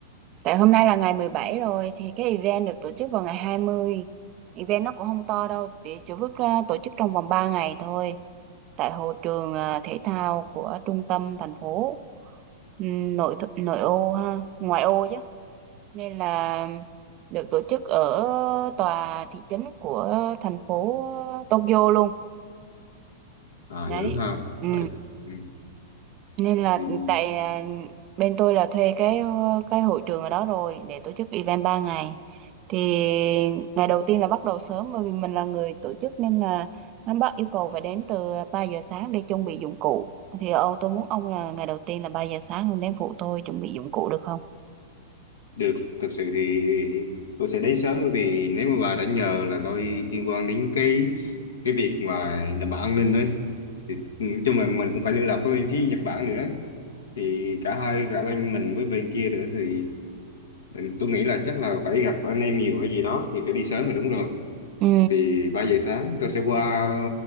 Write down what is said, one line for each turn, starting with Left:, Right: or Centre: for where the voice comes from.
Right: Tại hôm nay là ngày 17 rồi thì cái event được tổ chức vào ngày hai mươi Event nó cũng không to đâu, chỉ chỉ vứt ra tổ chức trong vòng 3 ngày thôi. Tại hồ trường à, thể thao của trung tâm thành phố Ừm, nội th- nội ô ha, ngoại ô chứ. Nên là được tổ chức ở tòa thị trấn của thành phố Tokyo luôn.
Left: À
Right: Đấy.
Left: lớn ha.
Right: ừ
Left: Vậy. Ừ.
Right: nên là
Left: Thì
Right: tại à, bên tôi là thuê cái ờ, cái hội trường ở đó rồi để tổ chức event ba ngày thì ngày đầu tiên là bắt đầu sớm bởi vì mình là người tổ chức nên là nó bắt yêu cầu phải đến từ 3 giờ sáng để chuẩn bị dụng cụ thì ông tôi muốn ông là ngày đầu tiên là 3 giờ sáng ông đến phụ tôi chuẩn bị dụng cụ được không
Left: được, thực sự thì tôi sẽ đến sớm bởi vì nếu mà bà đã nhờ là tôi liên quan đến cái cái việc mà đảm bảo an ninh đấy thì nói chung là mình cũng phải liên lạc với bên phía Nhật Bản nữa thì cả hai cả bên mình với bên kia nữa thì Ừ, tôi nghĩ là chắc là phải gặp anh em nhiều hay gì đó thì phải đi sớm rồi đúng rồi
Right: ừ
Left: thì 3 giờ sáng tôi sẽ qua